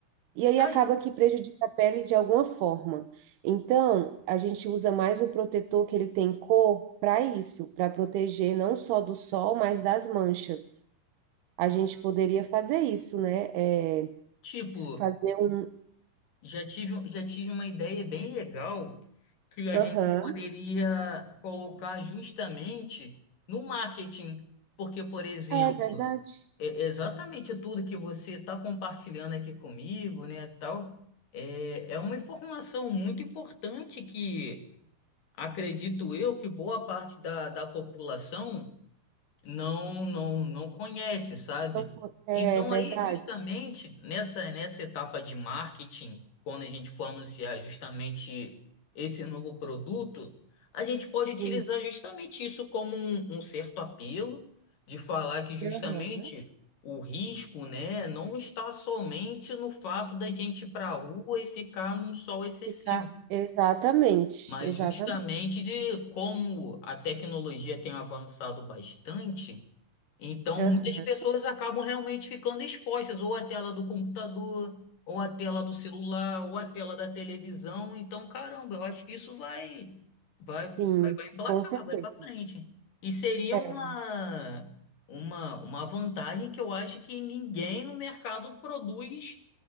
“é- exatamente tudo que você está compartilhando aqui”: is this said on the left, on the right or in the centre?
Left